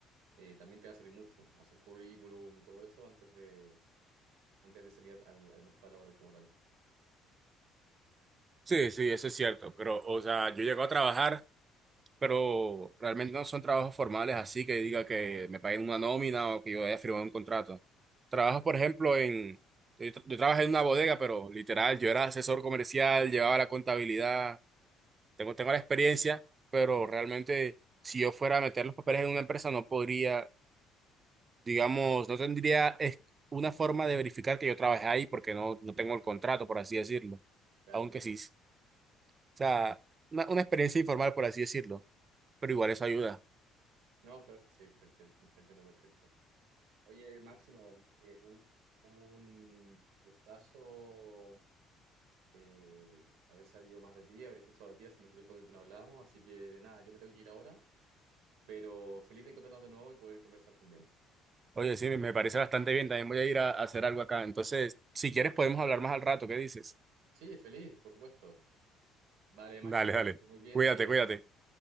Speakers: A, on the right; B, on the right.
A: eh, también te va a servir mucho hacer currículum y todo eso antes de, antes de salir al, al mercado laboral como tal.
B: Sí, sí, eso es cierto, pero o sea, yo llego a trabajar pero realmente no son trabajos formales así que diga que me paguen una nómina o que yo haya firmado un contrato. Trabajo,
A: Perfecto.
B: por ejemplo, en... Yo, tra- yo trabajé en una bodega, pero literal, yo era asesor comercial, llevaba la contabilidad, tengo, tengo la experiencia, pero realmente si yo fuera a meter los papeles en una empresa no podría, digamos, no tendría es- una forma de verificar que yo trabajé ahí porque no, no tengo el contrato, por así decirlo.
A: Claro,
B: Aunque
A: no,
B: sí, o sea, una, una experiencia informal, por así decirlo, pero
A: sí,
B: igual
A: te-
B: eso ayuda.
A: no, claro que sí, te, te- te entiendo perfecto. Oye, Máximo, eh, un, un gustazo eh, haber sabido más de ti, haber escuchado de ti, hace mucho tiempo que no hablábamos, así que nada, yo me tengo que ir ahora, pero feliz de encontrarnos de nuevo y poder conversar también.
B: Oye, sí, me parece bastante bien. También voy a ir a, a hacer algo acá. Entonces, si quieres, podemos hablar más al rato. ¿Qué dices?
A: Sí, feliz, por supuesto. Vale, Máximo,
B: Dale, dale.
A: que estés muy bien,
B: Cuídate,
A: cuídate.
B: cuídate.